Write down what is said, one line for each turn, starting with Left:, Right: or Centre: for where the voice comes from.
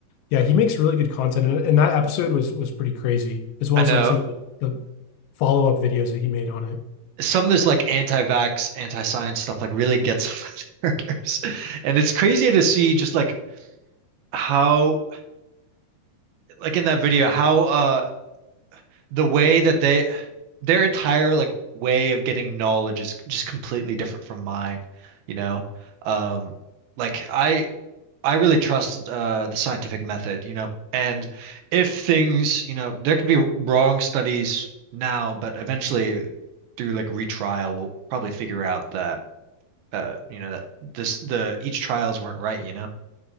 Left: yeah, he makes really good content. And, and that episode was was pretty crazy, as well
Right: I
Left: as
Right: know.
Left: like some of the, the follow-up videos that he made on it.
Right: Some of this like anti-vax, anti-science stuff like really gets on my <laughs> nerves. And it's crazy to see just like how like in that video, how uh the way that they their entire like way of getting knowledge is just completely different from mine, you know. Um like I I really trust uh the scientific method, you know. And if things, you know, there can be wrong studies now, but eventually through like retrial we'll probably figure out that uh you know that this the each trials weren't right, you know.